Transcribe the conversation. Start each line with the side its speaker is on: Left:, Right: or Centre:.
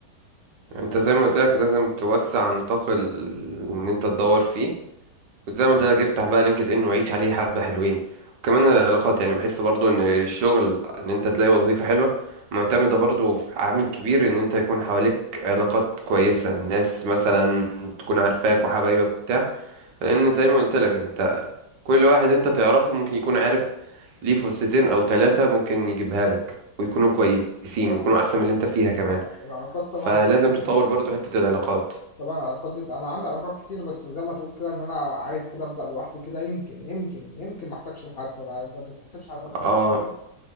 Right: انت زي
Left: فاهم؟
Right: ما قلت لك لازم توسع نطاق ال... ان انت تدور فيه زي ما انت لك افتح بقى لينكد ان وعيش عليه حبة حلوين وكمان العلاقات يعني بحس برضو ان الشغل ان انت تلاقي وظيفة حلوة معتمدة برضو في عامل كبير ان انت يكون حواليك علاقات كويسة ناس مثلا تكون عارفاك وحبايبك وبتاع لان زي ما قلت لك انت كل واحد انت تعرفه ممكن يكون عارف ليه فرصتين او ثلاثة ممكن يجيبها لك ويكونوا كويسين
Left: طبعا
Right: ويكونوا احسن من اللي انت فيها كمان
Left: طبعا العلاقات طبعا
Right: فلازم
Left: بتكون
Right: تطور
Left: حاجة طبعا
Right: برضو حتة
Left: طبعا
Right: العلاقات
Left: طبعا العلاقات دي أنا عندي علاقات كتير بس زي ما تقول كده إن أنا عايز كده أبدأ لوحدي كده يمكن يمكن يمكن ما أحتاجش لحد ما, ما تتحسبش على كتير
Right: اه